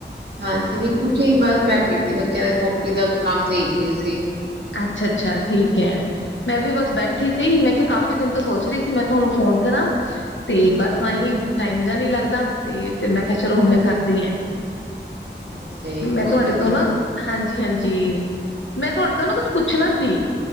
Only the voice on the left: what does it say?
ਅੱਛਾ-ਅੱਛਾ ਠੀਕ ਐ। ਮੈਂ ਵੀ ਬਸ ਬੈਠੀ ਸੀ ਮੈਂ ਕਿਆ ਕਾਫ਼ੀ ਦਿਨ ਤੋਂ ਸੋਚ ਰੀ ਸੀ ਮੈਂ ਤਾਨੂੰ ਫੋਨ ਕਰਾਂ। ਤੇ ਬਸ ਐਈਂ ਟਾਈਮ ਜਾ ਨੀ ਲੱਗਦਾ ਤੇ ਫੇਰ ਮੈਂ ਕਿਆ ਚਲੋ ਹੁਨ ਮੈਂ ਕਰਦੀ ਆਂ।
ਮੈਂ ਤੁਆਡੇ
ਤੋਂ ਨਾ
ਹਾਂਜੀ-ਹਾਂਜੀ, ਮੈਂ ਤੁਆਡੇ ਤੋਂ ਨਾ ਕੁੱਝ ਪੁੱਛਨਾ ਸੀ।